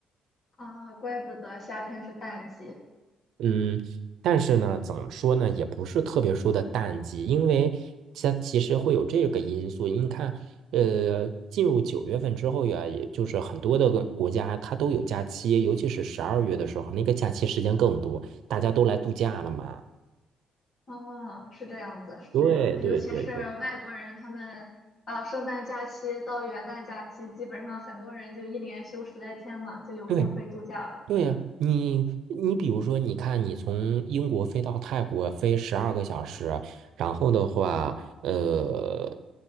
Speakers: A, on the left (about 50°); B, on the right (about 80°).
A: 啊，怪不得夏天是淡季。
B: 嗯，但是呢，怎么说呢，也不是特别说的淡季，因为它其实会有这个因素。你看，呃，进入九月份之后呀，也就是很多的个国家它都有假期，尤其是十二月的时候，那个假期时间更多，大家都来度假了嘛。
A: 哦，是这样子，是这样子。
B: 对对对对。
A: 尤其是外国人，他们啊，圣诞假期到元旦假期，基本上很多人就一连休十来天嘛，就有空出去度假了。
B: 对对呀，你你比如说，你看你从英国飞到泰国飞十二个小时，然后的话，呃，